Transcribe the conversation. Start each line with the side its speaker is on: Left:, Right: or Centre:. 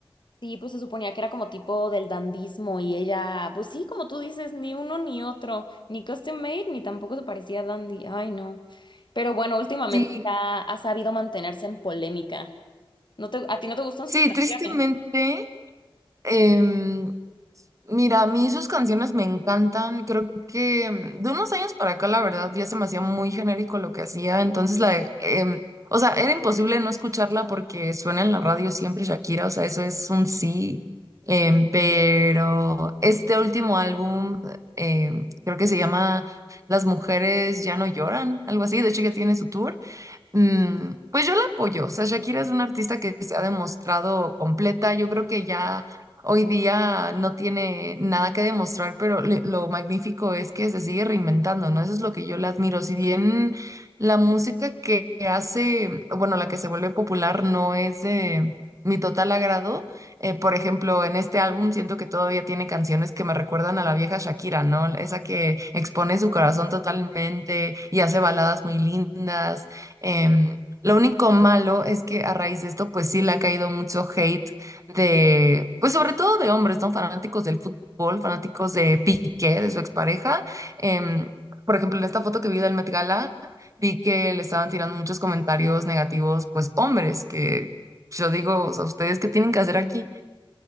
Left: Sí, pues se suponía que era como tipo del dandismo y ella, pues sí, como tú dices, ni uno ni otro, ni custom made, ni tampoco se parecía a dandy. Ay, no. Pero bueno, últimamente
Right: Sí,
Left: ya ha sabido mantenerse en polémica. ¿No te, a ti no te gustan
Right: sí,
Left: sus canciones?
Right: tristemente. em, Mira, a mí sus canciones me encantan. Creo que mm, de unos años para acá, la verdad, ya se me hacía muy genérico lo que hacía. Entonces, la, de- em, o sea, era imposible no escucharla porque suena en la radio siempre Shakira. O sea, eso es un sí. Em, pero este último álbum, em, creo que se llama Las mujeres ya no lloran, algo así. De hecho, ya tiene su tour. Mm, pues yo la apoyo. O sea, Shakira es una artista que se ha demostrado completa. Yo creo que ya hoy día no tiene nada que demostrar, pero le- lo magnífico es que se sigue reinventando, ¿no? Eso es lo que yo le admiro. Si bien la música que hace, bueno, la que se vuelve popular no es de mi total agrado. eh, por ejemplo, en este álbum siento que todavía tiene canciones que me recuerdan a la vieja Shakira, ¿no? Esa que expone su corazón totalmente y hace baladas muy lindas. Em, lo único malo es que a raíz de esto, pues sí le ha caído mucho hate de, pues sobre todo de hombres, ¿no? Fanáticos del fútbol, fanáticos de Piqué, de su expareja. Em, por ejemplo, en esta foto que vi del Met Gala, vi que le estaban tirando muchos comentarios negativos, pues hombres, que yo digo, o sea, ¿ustedes qué tienen que hacer aquí?